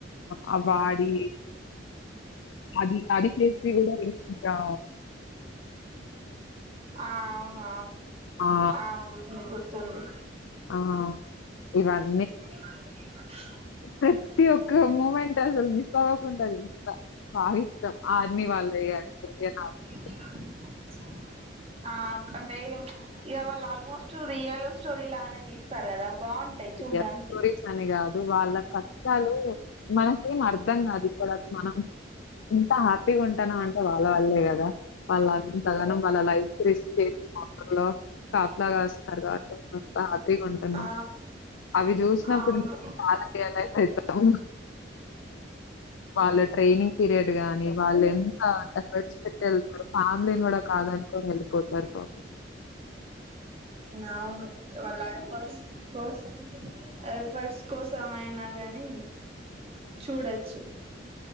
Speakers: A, on the left; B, on the right.
A: ఆ వాడి అది అది చేసి గూడ రీసెంట్గా
B: ఆ అవును
A: ఆ!
B: అవును గుర్తుంది
A: ఆ ఇవన్
B: <unintelligible>
A: ప్రతి ఒక్క మూమెంట్ అసలు మిస్ అవ్వకుండా చూస్త బాగా ఇష్టం ఆర్మీ వాళ్ <inaudible>
B: <unintelligible> ఆ అంటే ఇగ వాళ్ళు ఆల్మోస్ట్ రియల్ స్టోరీ లానే దీస్తరు కదా బాగు చూడ్డానికి
A: ఇండియన్ స్టోరీస్ అని కాదు వాళ్ళ కష్టాలు మనకేం అర్ధం కాదు ఇక్కడ మనం ఇంత హ్యాపీగా ఉంటనమంటే వాళ్ళ వల్లే కదా వాళ్ళు అంతగనం వాళ్ళ లైఫ్ రిస్క్ చేసి లో కాపలా కాస్తారు కాబట్టే మనమంత హ్యాపీగా ఉంటున్నాం
B: ఆ
A: అవి చూసినప్పుడు
B: అవును
A: మేము చాల రియలైజ్ అయితాము వాళ్ళ ట్రైనింగ్ పీరియడ్ గాని వాళ్ళు ఎంత ఎఫర్ట్ పెట్టి వెళ్తారు ఫ్యామిలీని కూడా కాదనుకోని వెళ్ళిపోతారు పాపం
B: అవును వాళ్ళ ఎఫర్ట్స్ కోసం ఎల్ఫర్ట్స్ కోసం అయినా గాని చూడచ్చు